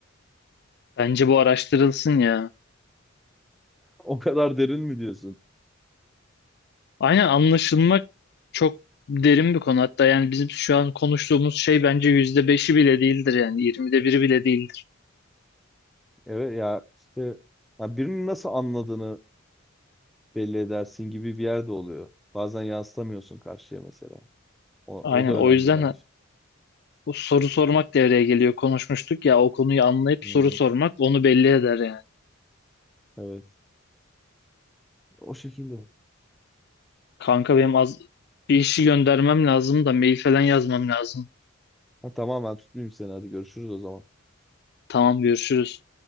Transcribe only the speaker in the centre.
O kadar derin mi diyorsun?
Evet ya işte ya birinin nasıl anladığını belli edersin gibi bir yerde oluyor. Bazen yansıtamıyorsun karşıya mesela. O,
o da önemli
bence.
Hı,
hı,
evet. O şekilde.
Ha, tamam ben tutmayayım seni. Hadi görüşürüz o zaman.